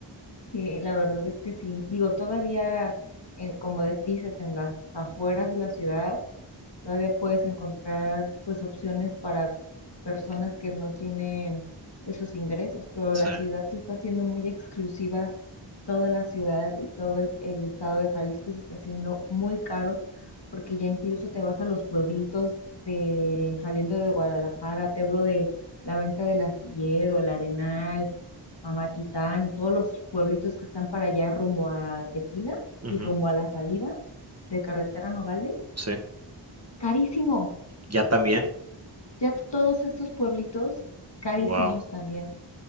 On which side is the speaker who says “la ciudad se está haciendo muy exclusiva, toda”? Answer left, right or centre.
Left